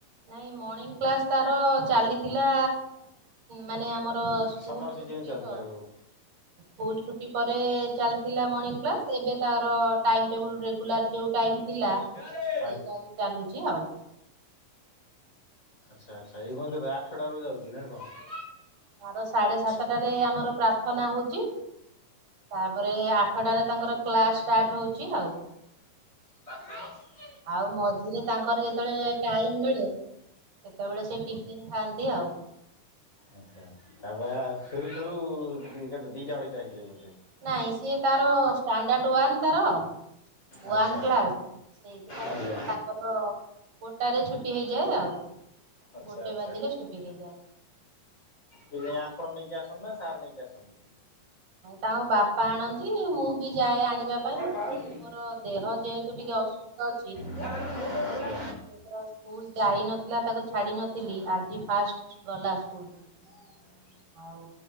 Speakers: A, on the right (about 65°); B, on the left (about 20°).
A: ନାଇଁ ମର୍ଣ୍ଣିଂ କ୍ଲାସ୍ ତାର ଚାଲିଥିଲା ମାନେ ଆମର ସ୍କୁଲ
B: ସମର ସିଜନ
A: ଛୁଟିର
B: ଚାଲିଥିଲା ଯୋଉ
A: ସ୍କୁଲ ଛୁଟି ପରେ ଚାଲିଥିଲା ମର୍ଣିଂ କ୍ଲାସ୍ ଏବେ ତାର ଟାଇମ ଟେବୁଲ ରେଗୁଲାର ଯୋଉ ଟାଇମ ଥିଲା
B: <inaudible>
A: ସେଇ ଟାଇମ ଚାଲୁଚି ଆଉ।
B: ଆଚ୍ଛା ଆଚ୍ଛା ଏଇ ଘଣୁ କେତେ ଆଠଟାରୁ ଯାଉଛି ନାଇଁ କଣ?
A: ତାର ସାଢ଼େ ସାତଟାରେ ଆମର ପ୍ରା ପ୍ରାର୍ଥନା ହେଉଚି ତା ପରେ ଆଠଟାରେ ତାଙ୍କର କ୍ଲାସ୍ ଷ୍ଟାର୍ଟ ହଉଚି ଆଉ।
B: <unintelligible>
A: ଆଉ ମଝିରେ ତାଙ୍କର ଯେତେବେଳେ ଟାଇମ ମିଳେ ସେତେବେଳେ ସେ ଟିଫିନ୍ ଖାଆନ୍ତି ଆଉ।
B: ଆଚ୍ଛା ତା ଅପେକ୍ଷା ଫେରୁ ଫେରୁ କେତେ ଦିଟା ଅଢେଇଟା ହେଇଯାଏ ବୋଧେ।
A: ନାଇଁ ସିଏ ତାର ଷ୍ଟାଣ୍ଡାର୍ଡ ୱାନ୍ ତାର ୱାନ୍
B: ଆଚ୍ଛା
A: କ୍ଲାସ୍ ସେଇଥିପାଇଁ
B: ଆଜ୍ଞା
A: ତାଙ୍କର ଗୋଟାରେ ଛୁଟି ହେଇଯାଏ ଆଉ।
B: ଆଚ୍ଛା
A: ଗୋଟେ
B: ଆଚ୍ଛା
A: ବାଜିଲେ ଛୁଟି ହେଇଯାଏ
B: କିଏ ଆପଣ ନେଇକି ଆସନ୍ତି ନା ସାର୍ ନେଇକି ଆସନ୍ତି?
A: ତାଙ୍କ ବାପା ଆଣନ୍ତି ମୁଁ ବି ଯାଏ ଆଣିବା
B: କବାଟ
A: ପାଇଁ।
B: ବାଡ଼ଉଚି
A: ମୋର ଦେହ ଯେହେତୁ ଟିକେ ଅସୁସ୍ଥ ଅଛି
B: ଜ <inaudible>
A: ଏଥର ସ୍କୁଲ ଯାଇ ନଥିଲା ତାକୁ ଛାଡ଼ି ନଥିଲି, ଆଜି ଫାଷ୍ଟ୍ ଗଲା ସ୍କୁଲ।
B: ଆ <inaudible>
A: ଆଉ